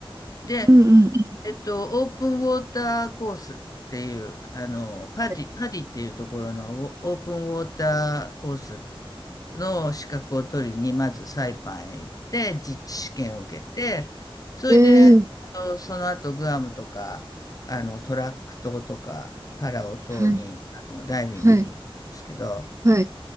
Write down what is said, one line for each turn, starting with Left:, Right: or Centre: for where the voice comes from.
Left: で
Right: うん、うん、うん
Left: えっと、オープンウォーターコースっていう、あの、パディ、
Right: は
Left: パディっていうところのオオープンウォーターコースの資格を取りに、まずサイパンへ行って、実地試験を受けて、それで、
Right: い。えー、
Left: あのその後グアムとか、あの、トラック島とか、パラオ島に、
Right: はい、
Left: あの、ダイビングに行ったんですけど、
Right: はい、はい。